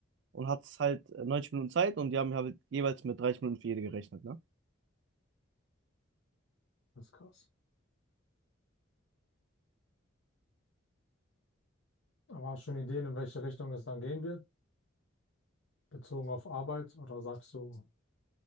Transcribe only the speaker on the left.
Das ist krass. Aber hast du schon Ideen, in welche Richtung es dann gehen wird, bezogen auf Arbeit? Oder sagst du,